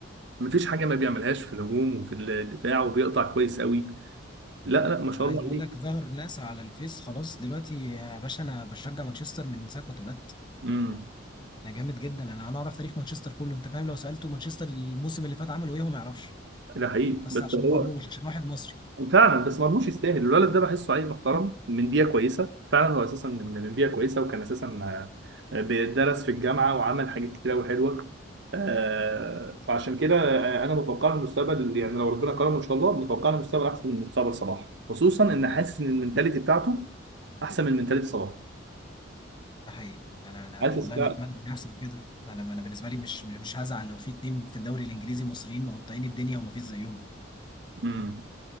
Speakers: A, on the right (about 60°); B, on the left (about 25°).
A: مفيش حاجه ما بيعملهاش في الهجوم وفي الدفاع وبيقطع كويس قوي لا لا ما شاء
B: انا
A: الله
B: عايز اقول
A: عليه
B: لك ظهر ناس على الفيس خلاص دلوقتي يا باشا انا بشجع مانشستر من ساعه ما اتولدت
A: امم
B: انا جامد جدا انا انا اعرف تاريخ مانشستر كله انت فاهم لو سالته مانشستر الموسم اللي فات عملوا ايه هو ما يعرفش
A: ده حقيقي
B: بس
A: بس
B: عشان
A: هو
B: مرموش عشان واحد مصري
A: فعلا بس مرموش يستاهل الولد ده بحسه عيل محترم من بيئه كويسه فعلا هو اساسا من من بيئه كويسه وكان اساسا آه، بيدرس في الجامعه وعمل حاجات كتير قوي حلوه آه، فعشان كده آه، انا متوقع له المستقبل يعني لو ربنا كرمه ان شاء الله متوقع له مستقبل احسن من مستقبل صلاح خصوصا ان حاسس ان المنتاليتي بتاعته احسن من منتاليتي صلاح
B: ده حقيقي انا انا
A: حاسس
B: والله انا اتمنى إن يحصل كده انا انا بالنسبه لي مش مش هزعل لو في اتنين في الدوري الانجليزي مصريين مقطعين الدنيا وما فيش زيهم
A: بقى